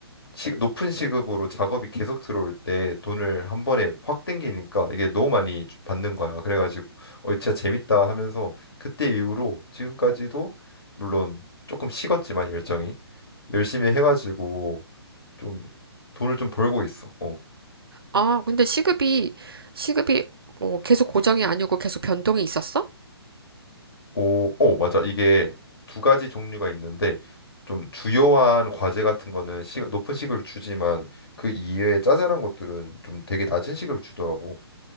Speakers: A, on the left; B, on the right.
A: 시- 높은 시급으로 작업이 계속 들어올 때 돈을 한 번에 확 땡기니까 이게 너무 많이 주- 받는 거야. 그래가지고 어 진짜 재밌다 하면서 그때 이후로 지금까지도 물론 조금 식었지만 열정이 열심히 해가지고 좀 돈을 좀 벌고 있어. 어.
B: 아 근데 시급이 시급이 어, 계속 고정이 아니고 계속 변동이 있었어?
A: 오, 어, 맞아. 이게 두 가지 종류가 있는데 좀 주요한 과제 같은 거는 시, 높은 시급을 주지만 그 이외에 짜잘한 것들은 좀 되게 낮은 시급을 주더라고.